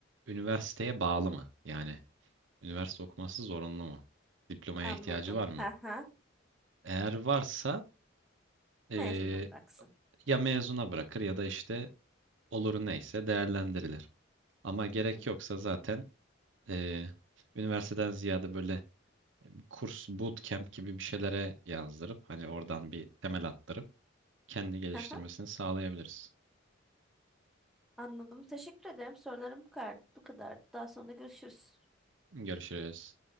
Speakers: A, on the right; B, in the centre.
A: üniversiteye bağlı mı? Yani üniversite okuması zorunlu mu? Diplomaya
B: Anladım.
A: ihtiyacı var mı?
B: Hı hı.
A: Eğer varsa e,
B: Mezuna bıraksın.
A: ya mezuna bırakır ya da işte oluru neyse değerlendirilir. Ama gerek
B: Hı hı.
A: yoksa zaten eee, üniversiteden ziyade böyle kurs bootcamp gibi bir şeylere yazdırıp hani oradan bir temel attırıp kendi geliştirmesini
B: Hı hı.
A: sağlayabiliriz.
B: Anladım. Teşekkür ederim. Sorularım bu kadar. Bu kadar. Daha sonra görüşürüz.
A: Görüşürüz.